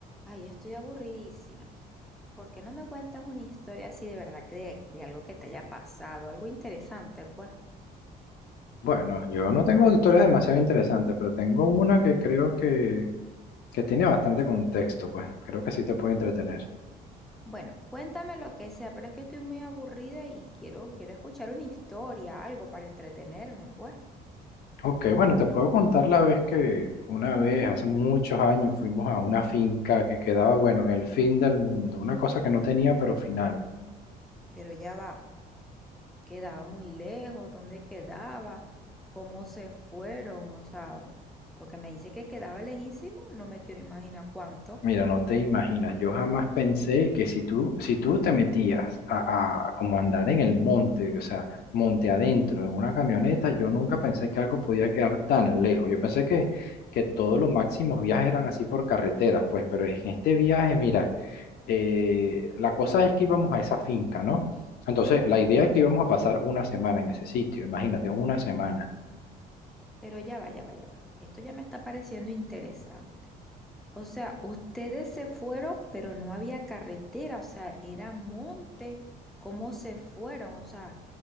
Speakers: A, in the centre; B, on the left (about 65°).
A: Ay, estoy aburridísima. ¿Por qué no me cuentas una historia así de verdad, que de, de algo que te haya pasado, algo interesante, pues?
B: Bueno, yo no tengo historias demasiado interesantes, pero tengo una que creo que, que tiene bastante contexto, pues creo que sí te puede entretener.
A: Bueno, cuéntame lo que sea, pero es que estoy muy aburrida y quiero, quiero escuchar una historia, algo para entretenerme, pues.
B: Ok, bueno, te puedo contar la vez que una vez, hace muchos años, fuimos a una finca que quedaba, bueno, en el fin del mundo, una cosa que no tenía pero final.
A: Pero ya va, quedaba muy lejos, ¿dónde quedaba? ¿Cómo se fueron? O sea, porque me dice que quedaba lejísimo, no me quiero imaginar cuánto.
B: Mira, no te imaginas, yo jamás pensé que si tú, si tú te metías a, a como andar en el monte, o sea, monte adentro en una camioneta, yo nunca pensé que algo podía quedar tan lejos. Yo pensé que, que todos los máximos viajes eran así por carreteras, pues, pero en este viaje, mira, eh, la cosa es que íbamos a esa finca, ¿no? Entonces, la idea es que íbamos a pasar una semana en ese sitio, imagínate, una semana.
A: Pero ya va, ya va, ya va. Esto ya me está pareciendo interesante. O sea, ustedes se fueron, pero no había carretera, o sea, era monte. ¿Cómo se fueron? O sea,